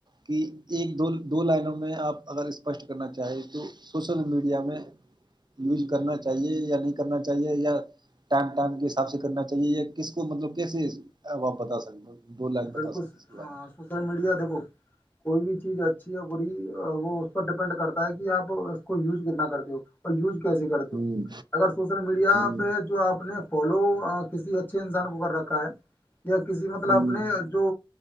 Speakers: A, on the right (about 50°); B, on the left (about 20°).
A: کہ ایک دو دو لائنوں میں آپ اگر اسپشٹ کرنا چاہیں تو سوشل میڈیا میں یوج کرنا چاہیے یا نہیں کرنا چاہیے یا ٹائم ٹائم کے حساب سے کرنا چاہیے یا کس کو مطلب کسی وپ بتا ستے ہو <unintelligible>
B: بالکل
A: بتا سکتے اس کے بارے
B: سوشل میڈیا دیکھو کوئی بھی چیز اچھی بری وہ اس پر ڈیپینڈ کرتا ہے کہ آپ یوز کتنا کرتے ہو اور یوز کیسے کرتے
A: میں
B: ہو
A: ہوں
B: اگر سوشل میڈیا
A: ہوں
B: پہ جو آپ نے ف فالو کسی اچھے انسان کو کر رکھ ہے یا کسی مطلبپ
A: ہوں
B: <unintelligible> اپنے جو